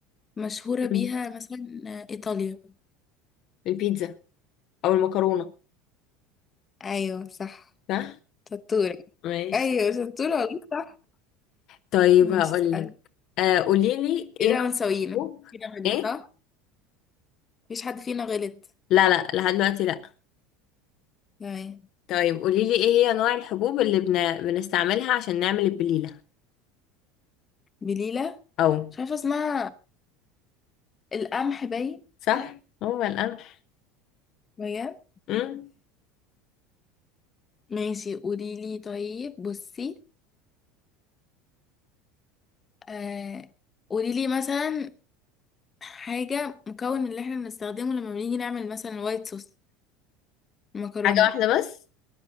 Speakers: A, on the left; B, on the left.
A: مشهورة بيها
B: مم.
A: مثلا آه، إيطاليا
B: البيتزا او المكرونه
A: أيوه صح
B: صح
A: شطورة
B: ماشي
A: أيوه شطورة والله صح
B: طيب
A: ماشي
B: هقول
A: اسأل
B: لك آه قولي لي
A: كده
B: ايه نوع
A: ونسوينا
B: الحبوب
A: فينا غلط
B: ايه
A: صح؟ مفيش حد فينا غلط
B: لا لا لحد دلوقتي لا
A: تمام
B: طيب قولي لي ايه هي نوع الحبوب اللي بن... بنستعملها عشان نعمل البليله
A: بليلة
B: او
A: مش عارفة اسمها القمح باين
B: صح
A: صح؟
B: هو القمح
A: بجد؟
B: امم
A: ماشي قوليلي طيب بصي آه قوليلي مثلا حاجة مكون اللي احنا بنستخدمه لما بنيجي نعمل مثلا وايت صوص مكرونة
B: حاجه واحده بس